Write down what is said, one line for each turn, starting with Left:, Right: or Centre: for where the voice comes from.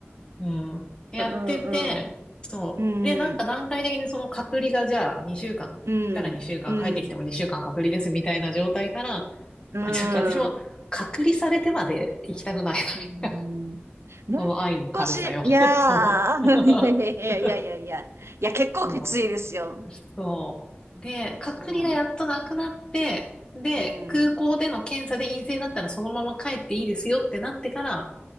Left: うん、やってて、
Right: いはいう
Left: そう。
Right: うん。
Left: で、なんか段階的にその隔離がじゃあ2週間、行ったら2週間、
Right: うん、うん、
Left: 帰ってきても2週間隔離ですみたいな状態から、
Right: う
Left: まあ、ちょっと私も隔離されてまで行きたくないな
Right: ん、うん。
Left: <laughs>
Right: もう
Left: この愛の軽さよ。
Right: 少し、いやー、
Left: <laughs> そう。<laughs>
Right: <laughs> いやいやいやいやいやいや、いや、結構きついですよ。
Left: そうそう。で、隔離がやっとなくなって、
Right: うん、
Left: で、
Right: うん。
Left: 空港での検査で陰性だったらそのまま帰っていいですよってなってから、